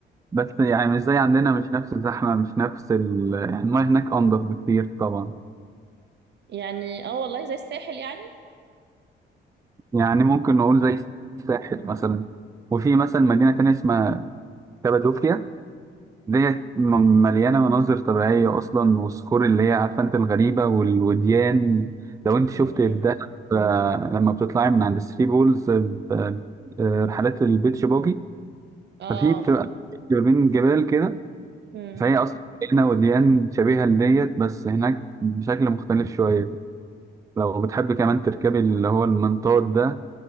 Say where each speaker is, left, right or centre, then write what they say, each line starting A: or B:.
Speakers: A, on the right; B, on the right.
A: بس يعني مش زي عندنا مش نفس الزحمة مش نفس ال... يعني المياه هناك أنضف بكتير طبعا
B: يعني اه والله زي الساحل يعني
A: يعني ممكن نقول زي الساحل مثلا وفي مثلا مدينة تانية اسمها كابادوكيا ديت م- مليانة مناظر طبيعية أصلا والصخور اللي هي عارفة أنت الغريبة والوديان لو أنت شفت
B: مم.
A: في دهب آه، لما بتطلعي من عند الثري بولز آه، ب- آه، رحلات البيتش باجي
B: اه
A: ففي بتبقى ما بين جبال كده
B: مم.
A: فهي أصلا هنا وديان شبيهة لديت بس هناك بشكل مختلف شوية لو بتحب كمان تركبي اللي هو المنطاد ده